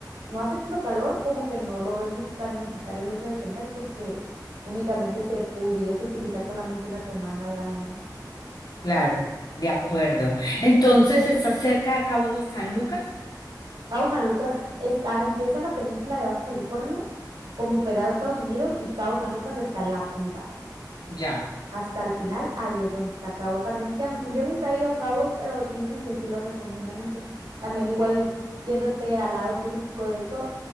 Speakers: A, on the right; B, on the left.
A: no hace tanto calor, como que no lo vemos tan necesario el hecho de tener, porque únicamente se pudiese utilizar solamente una semana al año, ¿no?
B: Claro, de acuerdo. Entonces, ¿está cerca a Cabo San Lucas?
A: Cabo San Lucas está, empieza la península de Baja California, como pegado a Estados Unidos, y Cabo San Lucas está en la punta.
B: Ya.
A: hasta el final, ahí es donde está Cabo. También que yo nunca he ido a Cabo, pero dicen que sí lo recomiendan mucho. También igual yéndote al lado turístico, de hecho,